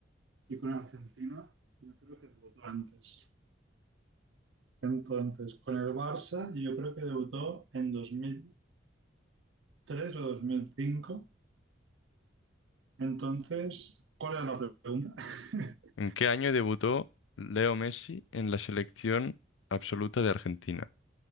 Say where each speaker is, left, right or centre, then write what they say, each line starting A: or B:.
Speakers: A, on the right; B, on the left.
A: y con Argentina yo creo que debutó antes. Entonces, con el Barça yo creo que debutó en dos mil tres o dos mil cinco Entonces, ¿cuál era la pregunta? <laughs>
B: ¿En qué año debutó Leo Messi en la selección absoluta de Argentina?